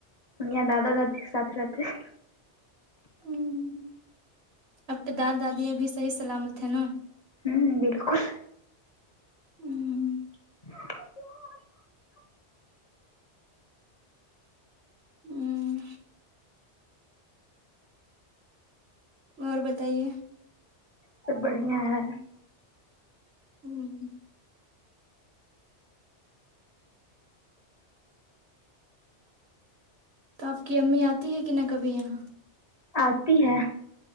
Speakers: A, on the left; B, on the right.
A: یہاں دادا دادی کے ساتھ رہتے ہے
B: ہمم اب تو دادا دادی ابھی صحیح سلامت ہے نا
A: ہوں بالکل
B: ہ
A: <unintelligible>
B: ہوں اور بتائیے
A: سب بڑھیا ہے
B: ہوں تو آپ کی امی آتی ہے کہ نہ کبھی یہاں
A: آتی ہے